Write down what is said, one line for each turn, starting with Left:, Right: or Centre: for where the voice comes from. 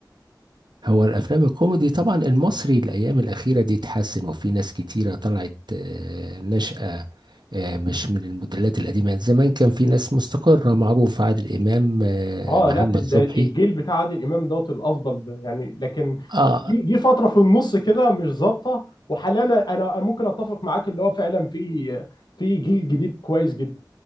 Right: هو الافلام الكوميدي طبعا المصري الايام الاخيره دي اتحسن وفي ناس كتيره طلعت آه، ناشئه آه، مش من الموديلات القديمه زمان كان في ناس مستقره معروف عادل امام آه،
Left: اه
Right: محمد
Left: لا ده
Right: صبحي
Left: الجيل بتاع عادل امام دوت الافضل ده يعني لكن
Right: اه
Left: جه جه فتره في النص كده مش ظابطه وحاليا انا أنا ممكن اتفق معاك اللي هو فعلا في في جيل جديد كويس جدا